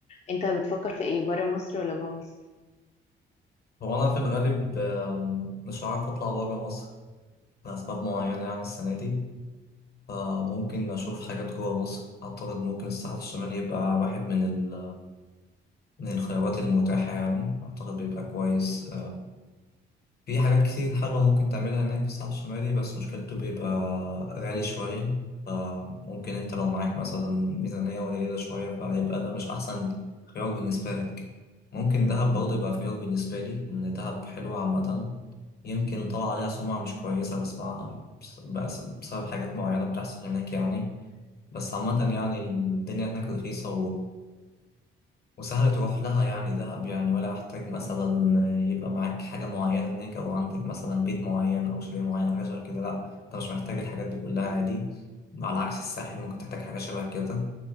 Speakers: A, on the left (about 35°); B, on the left (about 50°).
A: انت بتفكر في ايه برا مصر ولا جوا مصر
B: هو أنا في الغالب آم، مش عارف أطلع برا مصر لأسباب معينة يعني السنة دي فممكن أشوف حاجات جوا مصر أعتقد ممكن الساحل الشمالي يبقى واحد من ال من الخيارات المتاحة يعني أعتقد بيبقى كويس في حاجات كتير حلوة ممكن تعملها هناك في الساحل الشمالي بس مشكلته بيبقى غالي شوية فممكن انت لو معاك مثلا ميزانية قليلة شوية فيبقى ده مش أحسن خيار بالنسبة لك ممكن دهب برضه يبقى خيار بالنسبة لي إن دهب حلوة عامة يمكن طلع عليها سمعة مش كويسة بسمعها بس بس- بسبب حاجات معينة بتحصل هناك يعني بس عامة يعني الدنيا هناك رخيصة وسهل تروح لها يعني دهب يعني ولا محتاج مثلا يبقى معاك حاجة معينة هناك أو عندك مثلا بيت معين أو شاليه معين حاجة شبه كده لأ أنت مش محتاج الحاجات دي كلها عادي على عكس الساحل ممكن تحتاج حاجة شبه كده